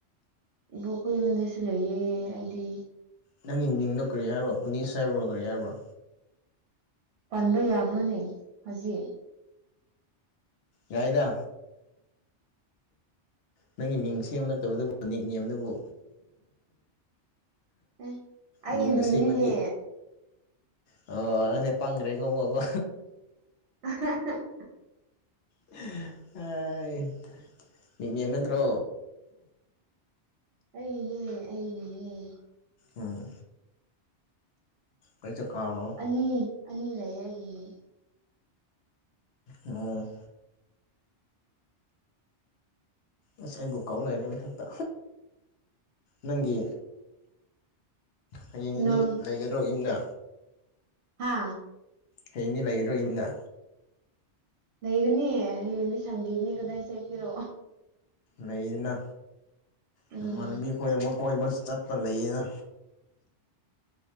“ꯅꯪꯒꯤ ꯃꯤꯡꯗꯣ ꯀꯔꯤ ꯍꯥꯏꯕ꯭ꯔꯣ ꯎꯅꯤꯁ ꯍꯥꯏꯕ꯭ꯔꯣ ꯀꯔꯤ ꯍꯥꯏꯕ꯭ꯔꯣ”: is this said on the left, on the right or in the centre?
Left